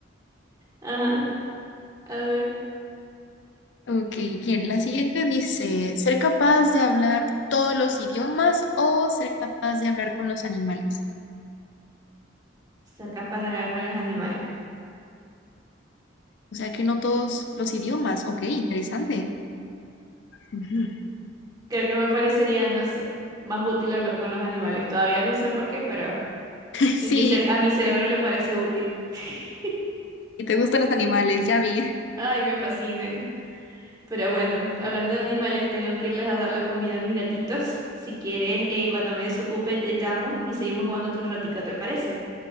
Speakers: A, on the right; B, on the left.
A: Ajá, a ver,
B: Ok, bien. La siguiente dice, ser capaz de hablar todos los idiomas o ser capaz de hablar con los animales.
A: ser capaz de hablar con los animales.
B: O sea que no todos los idiomas. Ok, interesante. Ujú.
A: Creo que me parecería, no sé, más útil hablar con los animales. Todavía no sé por qué, pero
B: <laughs>
A: en
B: Sí,
A: mi cer- a mi cerebro le parece útil. <laughs>
B: Y te gustan los animales, ya vi. <laughs>
A: Ay, me fascinan. Pero bueno, hablando de animales, tengo que irles a dar la comida a mis gatitos. Si quieres, eh, cuando me desocupe, te llamo y seguimos jugando otro ratico, ¿te parece?